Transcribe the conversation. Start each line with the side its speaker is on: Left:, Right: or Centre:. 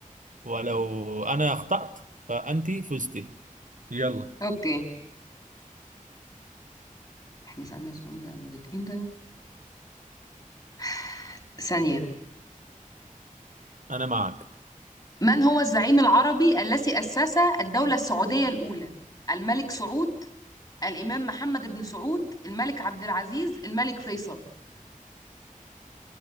Right: ولو أنا أخطأت فأنت فزتي يلا
Left: اوكي احنا سألنا السؤال ده قبل كده <sighs> ثانية
Right: أنا معك
Left: من هو الزعيم العربي الذي أسس الدولة السعودية الأولى الملك سعود الإمام محمد بن سعود الملك عبد العزيز الملك فيصل